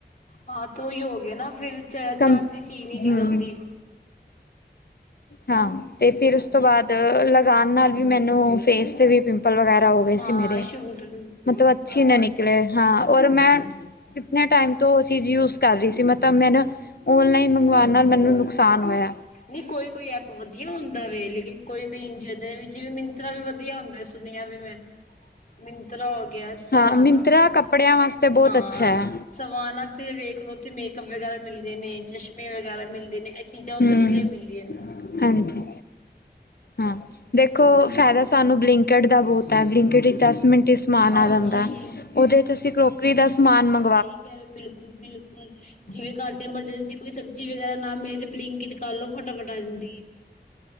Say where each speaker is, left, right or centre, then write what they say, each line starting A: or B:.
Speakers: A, on the left; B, on the left.
A: ਹਾਂ ਤੋਂ ਓਈ ਹੋ ਗਿਆ ਨਾ ਫਿਰ ਚ-ਚੱਜ
B: ਕੰ
A: ਦੀ ਚੀਜ਼ ਨੀ ਨਿਕਲਦੀ।
B: ਹਮ ਹਾਂ, ਤੇ ਫਿਰ ਉਸ ਤੋਂ ਬਾਦ ਲਗਾਨ ਨਾਲ ਵੀ ਮੈਨੂੰ ਫੇਸ ਤੇ ਵੀ ਪਿੰਪ ਪਲ ਵਗੈਰਾ ਹੋ ਗਏ
A: ਹਾਂ
B: ਸੀ ਮੇਰੇ
A: ਸ਼ੂਟ ਨੀ ਕੀਤਾ
B: ਮਤਲਬ ਅੱਛੀ ਨਾ ਨਿਕਲੇ, ਹਾਂ ਔਰ ਮੈਂ ਇਤਨੇ ਟੈਮ ਤੋਂ ਓ ਚੀਜ਼ ਯੂਜ ਕਰ ਰੀ ਸੀ। ਮਤਲਬ ਮੈਂ ਨਾ ਉਨਲਾਈਨ ਮੰਗਵਾਉਣ ਨਾਲ ਮੈਨੂੰ ਨ ਨੁਕਸਾਨ ਹੋਇਐ।
A: ਨੀਂ ਕੋਈ-ਕੋਈ ਐਪ ਵਧੀਆ ਹੁੰਦਾ ਵੇ, ਲੇਕਿਨ ਕੋਈ-ਕੋਈ <unintelligible> ਜਿਵੇਂ ਮਿੰਤ੍ਰਾ ਵੀ ਵਧੀਆ ਹੁੰਦੈ, ਸੁਣਿਆ ਵੇ ਮੈਂ। ਮਿੰਤ੍ਰਾ ਹੋ ਗਯਾ, ਸਵਾਨਾ
B: ਹਾਂ ਮਿੰਤਰਾ ਕੱਪੜਿਆਂ ਵਾਸਤੇ ਬਹੁਤ
A: ਹਾਂ।
B: ਅੱਛਾ ਹੈ
A: ਸਵਾਨ ਤੇ ਵੇਖ ਲੋ ਤੇ ਮੇਕਅੱਪ ਵਗੈਰਾ ਮਿਲਦੇ ਨੇ, ਚਸ਼ਮੇ ਵਗੈਰਾ ਮਿਲਦ ਦੇ ਨੇ, ਐ ਚੀਜ਼ਾਂ ਓਥੇ
B: ਹਮ
A: ਵਧੀਆ ਮਿਲਦੀਆਂ ਨੇ।
B: ਹਾਂਜੀ। ਹਾਂ, ਦੇਖੋ ਫਾਇਦਾ ਸਾਨੂੰ ਬਲਿੰਕਟ ਦਾ ਬੋਤ ਐ, ਬਲਿੰਕਟ ਇਚ ਦੱਸ ਮਿੰਟ'ਚ ਸਮਾਨ
A: ਹਾਂਜੀ
B: ਆ ਜਾਂਦੈ, ਦਲ ਓਦੇ ਚ ਅਸੀ ਕਰੋਕਰੀ ਦਾ ਸਮਾਨ ਮੰਗ
A: ਸਈ ਕੈ ਰੇ ਬਿਲਕੁਲ -ਬਿਲਕੁਲ ਜਿਵੇਂ ਘਰ ਚ ਐਮਰਜੈਂਸੀ ਕੋਈ ਸਬ ਜੀ ਵਗੈਰਾ ਨਾ ਮਿਲੇ ਤੇ ਬਲਿੰਕਇਟ ਕਰ ਲੋ, ਫਟਾਫਟ ਆ ਜਾਂਦੀ ਏ।